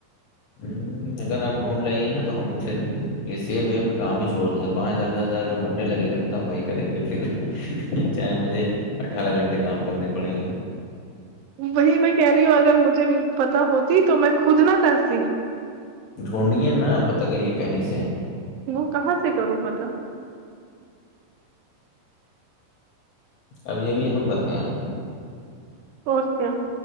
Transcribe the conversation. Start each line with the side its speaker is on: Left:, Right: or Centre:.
Left: ہوں، اگر آپ ڈھونڈ لائیے نا تو ہم پھر یہ سیب ویب کا کام ہی چھوڑ دیںے پانچ ہزار دس ہزار اگر بننے لگے گا نا وہی کریں گے پھر چاہے مجھے اٹھارہ گھنٹے کام کرنے پڑے
Right: وہی میں کہہ رہی ہوں اگر مجھے پتا ہوتی تو میں خود نہ کرتی
Left: ڈھونڈیے نا پتا کریے کہیں سے
Right: وہ کہاں سے کروں پ تھا
Left: اب یہ بھی ہم بتائیں
Right: اورور کیا